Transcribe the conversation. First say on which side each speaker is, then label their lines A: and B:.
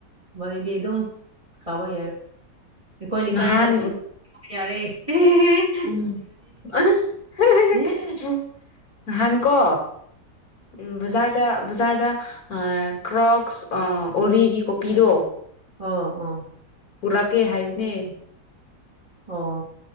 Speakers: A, on the right (about 20°); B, on the left (about 65°).
A: ꯃꯅꯤꯗꯤ ꯑꯗꯨꯝ ꯀꯥꯕ ꯌꯥꯔꯦ ꯑꯩꯈꯣꯏ ꯂꯩꯀꯥꯏꯗ
B: ꯅꯍꯥꯟ
A: <unintelligible>
B: ꯎꯝ <unintelligible>
A: ꯎꯝ
B: ꯍꯥꯟꯀꯣ ꯎꯝ ꯕꯥꯖꯥꯔꯗ ꯕꯖꯥꯔꯗ ꯀ꯭ꯔꯣꯛꯁ ꯑꯣꯔꯤꯒꯤ ꯀꯣꯄꯤꯗꯣ
A: ꯑꯣ ꯑꯣ
B: ꯄꯨꯔꯛꯀꯦ ꯍꯥꯏꯕꯅꯦ
A: ꯑꯣ